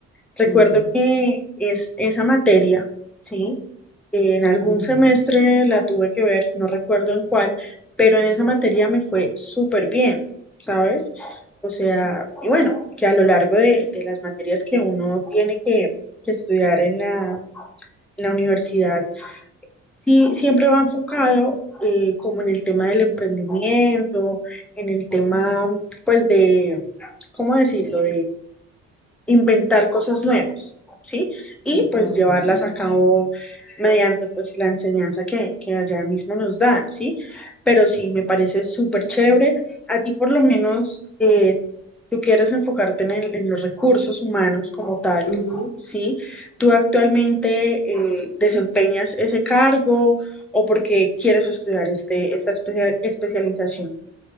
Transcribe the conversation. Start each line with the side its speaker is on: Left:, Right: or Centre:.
Centre: recuerdo
Left: Ujú,
Centre: que es esa materia, ¿sí? En algún
Left: ujú,
Centre: semestre la tuve que ver, no recuerdo en cuál, pero en esa materia me fue súper bien, ¿sabes? O sea, y bueno, que a lo largo de, de las materias que uno tiene que, que estudiar en la, en la universidad, sí siempre va enfocado eh, como en el tema del emprendimiento, en el tema, pues de, ¿cómo decirlo? inventar cosas nuevas, ¿sí? Y
Left: Total.
Centre: pues llevarlas a cabo mediante pues la enseñanza que, que allá mismo nos dan, ¿sí? Pero sí, me parece súper chévere. A ti por lo menos eh, tú quieres enfocarte en, el- en los recursos humanos como tal,
Left: ujú,
Centre: ¿sí? ¿Tú actualmente eh, desempeñas ese cargo o porque quieres estudiar este, esta especia- especialización?